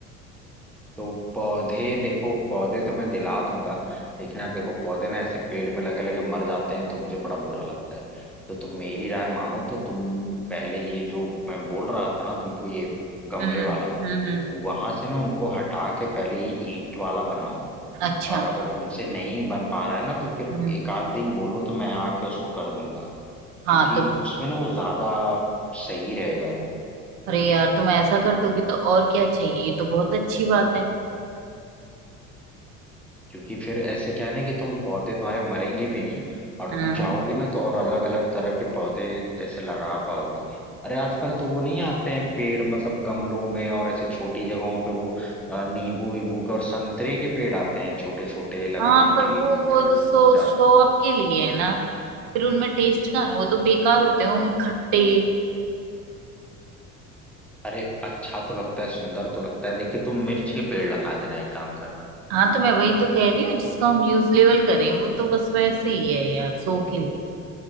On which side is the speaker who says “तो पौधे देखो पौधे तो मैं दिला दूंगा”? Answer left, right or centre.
Centre